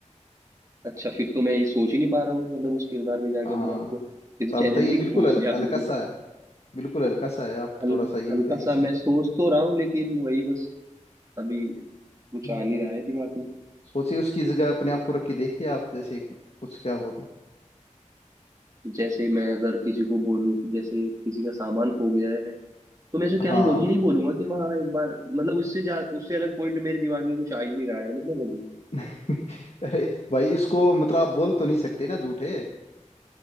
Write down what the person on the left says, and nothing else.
हाँ
तो आप
बताइए बिल्कुल
हल-
हल्का
सा है बिल्कुल हल्का सा है आप
थोड़ा सा ये
बताइए
इसमें
हाँ।
सोचिए उसकी जगह अपने आप को रख के देखिए आप जैसे कुछ क्या हो तो
हाँ
<laughs> अरे भाई इसको मतलब आप बोल तो नहीं सकते ना झूठ है